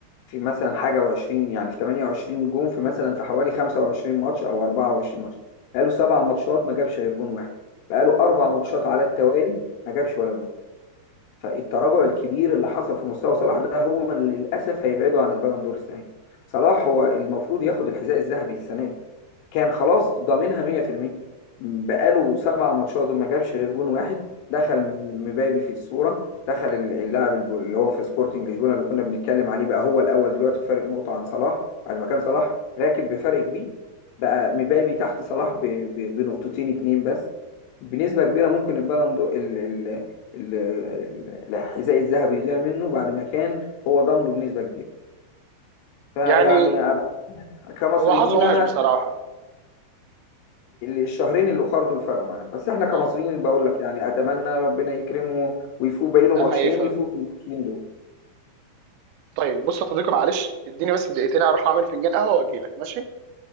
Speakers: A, on the left; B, on the right.
A: في مثلا حاجة و20 يعني في 28 جون في مثلا في حوالي 25 ماتش أو 24 ماتش بقاله سبع ماتشات ما جابش غير جون واحد بقاله أربع ماتشات
B: مم.
A: على التوالي ما جابش ولا جون فالتراجع الكبير اللي حصل في مستوى صلاح ده هو اللي للاسف هيبعده عن البالون دور السنه دي صلاح هو المفروض ياخد الحذاء الذهبي السنه دي كان خلاص ضامنها 100% بقاله سبع ماتشات وما جابش غير جون واحد دخل مبابي في الصورة دخل اللاعب الب- اللي هو في سبورتنج لشبونة اللي كنا بنتكلم عليه بقى هو الأول دلوقتي بفرق نقطة عن صلاح بعد ما كان صلاح راكب بفرق كبير بقى مبابي
B: مم.
A: تحت صلاح ب- ب- بنقطتين اتنين بس بنسبة كبيرة ممكن البالون دو ال ال ال- ال- الحذاء الذهبي يضيع منه بعد ما كان هو ضامنه بنسبة كبيرة فيعني
B: يعني
A: أبقى- كمصريين
B: هو حظه وحش
A: أنا
B: بصراحه
A: الشهرين الاخر دول فرقوا معانا بس احنا كمصريين
B: اه
A: بقول لك يعني اتمنى ربنا يكرمه ويفوق باقي له
B: ده
A: ماتشين
B: حقيقي
A: يفوق في الماتشين دول
B: طيب بص يا صديقي معلش اديني بس دقيقتين هروح اعمل فنجان قهوه واجي لك ماشي